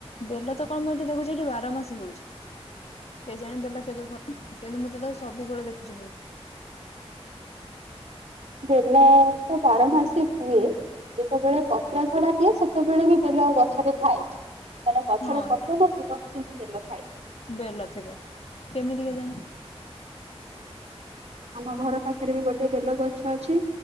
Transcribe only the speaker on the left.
ବେଲ। ମୁଁ ତ ଦେଖୁଚି ଏଠି ବାରମାସୀ ହଉଚି କେଜାଣି ବେଲ କେବେ ଫଳିବ ମୁଁ ତ ତାକୁ ସବବେଳେ ଦେଖୁଚି ହଉଚି।
ହଁ
ବେଲ ଥିବ କେମିତି କେଜାଣି।